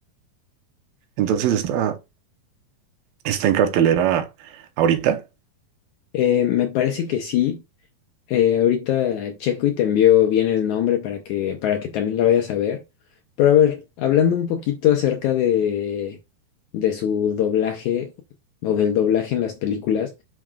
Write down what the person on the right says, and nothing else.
Entonces está, está en cartelera ahorita.